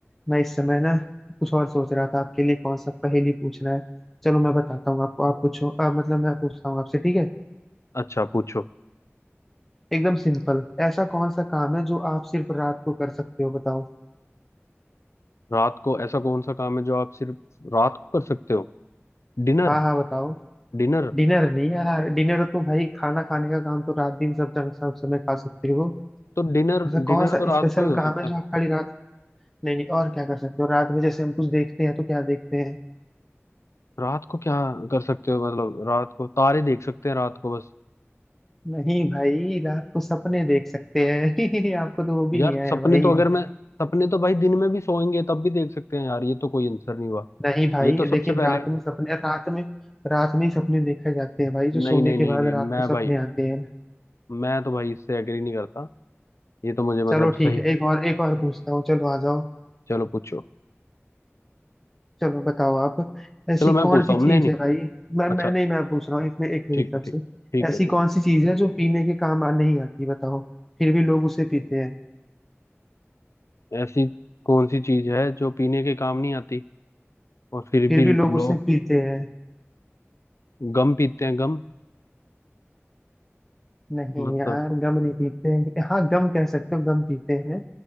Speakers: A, in the centre; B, on the left.
A: मैं इस समय ना कुछ और सोच रहा था आपके लिए कौन सा पहेली पूछना है चलो मैं बताता हूँ आपको आप पूछो अ, मतलब मैं पूछता हूँ आपसे ठीक है
B: अच्छा पूछो
A: एकदम सिंपल ऐसा कौन सा काम है जो आप सिर्फ रात को कर सकते हो बताओ
B: रात को ऐसा कौन सा काम है जो आप सिर्फ रात को कर सकते हो डिनर
A: हाँ हाँ बताओ
B: डिनर
A: डिनर नहीं यार डिनर तो भाई खाना खाने का काम तो रात दिन सब जंग सब समय खा सकते हो
B: तो डिनर
A: ऐसा कौन
B: डिनर
A: सा
B: तो रात
A: स्पेशल
B: को ही हो
A: काम
B: सकता
A: है जो
B: है
A: आप खाली रात नहीं नहीं और क्या कर सकते हो रात में जैसे हम कुछ देखते हैं तो क्या देखते हैं
B: रात को क्या कर सकते हो मतलब रात को तारे देख सकते हैं रात को बस
A: नहीं भाई रात को सपने देख सकते हैं <laughs> आपको तो वो भी
B: यार
A: नहीं आया
B: सपने
A: भाई
B: तो अगर मैं सपने तो भाई दिन में भी सोएंगे तब भी देख सकते हैं यार ये तो कोई आंसर नहीं हुआ
A: नहीं भाई
B: ये तो सबसे
A: देखिए
B: पहले
A: रात में सपने रात में रात में ही सपने देखे जाते हैं भाई जो सोने
B: नहीं नहीं
A: के
B: नहीं
A: बाद
B: नहीं
A: रात
B: मैं
A: को सपने
B: भाई
A: आते हैं
B: मैं तो भाई इससे एग्री नहीं करता ये तो मुझे मतलब
A: चलो
B: सही
A: ठीक है एक और एक और पूछता हूँ चलो आ जाओ
B: चलो पूछो
A: चलो बताओ आप ऐसी
B: चलो मैं
A: कौन
B: पूछता
A: सी
B: हूँ
A: चीज
B: नहीं नहीं
A: है भाई मैं मैं
B: अच्छा
A: नहीं मैं पूछ रहा हूँ एक में एक मेरी
B: ठीक
A: तरफ
B: है
A: से
B: ठीक है ठीक
A: ऐसी
B: है ठीक
A: कौन सी चीज है जो पीने के काम आ नहीं आती बताओ फिर भी लोग उसे पीते हैं
B: है ऐसी कौन सी चीज है जो पीने के काम नहीं आती और फिर
A: फिर
B: भी
A: भी लोग
B: लोग
A: उसे पीते हैं
B: गम पीते हैं गम
A: नहीं
B: मतलब
A: यार गम नहीं पीते हैं हाँ गम कह सकते हो गम पीते हैं